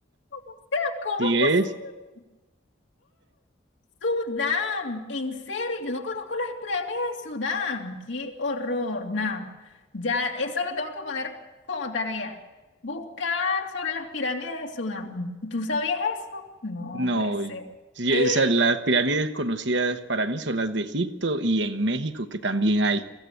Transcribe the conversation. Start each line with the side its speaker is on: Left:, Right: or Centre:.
Left: O sea, ¿cómo
Right: ¿Sí
Left: es
Right: es?
Left: posible? Sudán, en serio, yo no conozco las pirámides de Sudán. Qué horror, nada. Ya eso lo tengo que poner como tarea. Buscar sobre las pirámides de Sudán. ¿Tú sabías eso? No
Right: No.
Left: puede ser.
Right: Sí, o sea,
Left: <gasps>
Right: las pirámides conocidas para mí son las de Egipto y en México, que también hay.